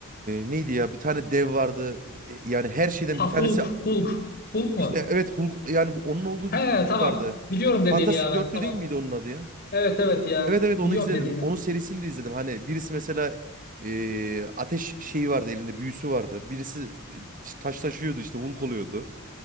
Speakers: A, on the right; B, on the left.
A: neydi ya bir tane dev vardı. E, yani her şeyden
B: Ha
A: bir tanesi
B: Hulk, Hulk. Hulk mu?
A: işte evet Hulk yani bu- onun olduğu
B: He
A: bir
B: tamam.
A: şey vardı.
B: Biliyorum dediğini
A: Fantastik
B: ya ben
A: Dörtlü
B: tamam.
A: değil miydi onun adı ya?
B: Evet evet ya
A: Evet
B: biliyorum
A: evet onu izledim.
B: dediğini.
A: Onun serisini de izledim. Hani birisi mesela e, ateş şeyi vardı elinde büyüsü vardı. Birisi e, taş taşıyordu işte Hulk oluyordu.